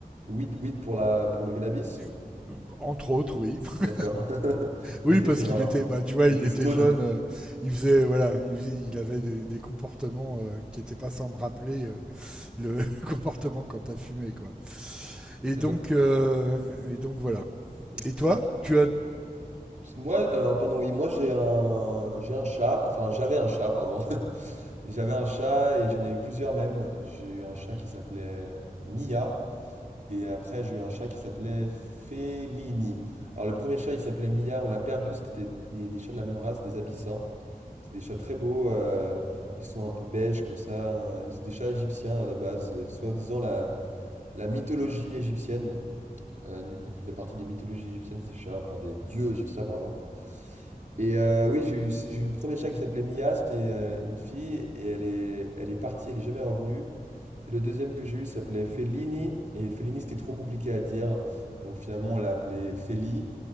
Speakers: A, on the right (about 50°); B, in the centre.
A: Weed, weed pour la, pour le cannabis?
B: Et, euh, Entre autres, oui. <laughs>
A: D'accord. <laughs>
B: Oui,
A: Ok,
B: parce
A: c'est marrant.
B: qu'il était, bah, tu vois,
A: Il
B: il
A: était
B: était
A: stone.
B: jeune, euh, il faisait, voilà, il, il avait des, des comportements euh, qui n'étaient pas sans me rappeler euh, le <laughs> comportement quand t'as fumé, quoi. Et
A: Et
B: donc,
A: donc,
B: euh, et donc voilà.
A: c'est
B: Et toi,
A: ça.
B: tu as,
A: Moi, alors, pardon, oui, moi j'ai un, j'ai un chat, enfin j'avais un chat, pardon. <laughs> J'avais un chat et j'en ai eu plusieurs même. J'ai eu un chat qui s'appelait Mia. Et après, j'ai eu un chat qui s'appelait Fellini. Alors, le premier chat, il s'appelait Mia, on l'a perdu. C'était des, des chats de la même race, des abyssins. C'est des chats très beaux. euh, ils sont un peu beiges comme ça. euh, C'est des chats égyptiens à la base. C'est soi-disant la, la mythologie égyptienne. Euh, il- fait partie des mythologies égyptiennes, ces chats, enfin des dieux égyptiens, pardon. Et euh, oui, j'ai eu, j'ai eu le premier chat qui s'appelait Mia. C'était euh, une fille et elle est, elle est partie, elle est jamais revenue. Et le deuxième que j'ai eu s'appelait Fellini, et Fellini c'était trop compliqué à dire, donc finalement on l'a appelé Feli,